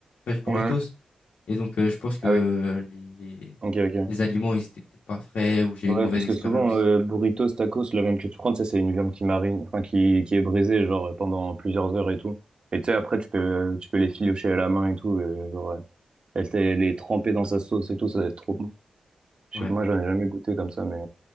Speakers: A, on the left; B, on the right.
A: Fresh Burritos
B: Ouais.
A: et donc euh, je pense que
B: ah
A: euh,
B: oui.
A: les
B: Ok, ok.
A: les aliments ils étaient peut-être pas frais ou j'ai
B: Ouais,
A: eu une mauvaise
B: parce
A: expérience.
B: que souvent, euh, burritos, tacos, la viande que tu prends, tu sais, c'est une viande qui marine, enfin, qui, qui est brisée, genre, pendant plusieurs heures et tout. Et tu sais, après, tu peux, tu peux les filocher à la main et tout, et, genre, euh, elle, t'est- elle est trempée dans sa sauce et tout, ça va être trop bon. Je
A: Ouais.
B: sais pas, moi, j'en ai jamais goûté comme ça, mais.